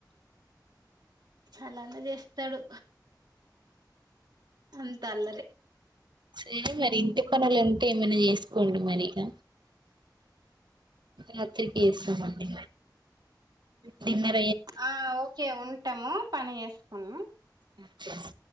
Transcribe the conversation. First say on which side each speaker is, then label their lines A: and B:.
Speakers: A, on the right (about 65°); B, on the right (about 85°).
A: అలానే జేస్తాడు అంతా అల్లరి
B: సరే మరీ ఇంటి పనులు ఉంటే ఏమైనా జేసుకోండి మరి ఇక రాత్రికి ఎసామండి తిన్నప్
A: ఆ ఓకే ఉంటాము పని చేసుకును
B: ఆ చేస్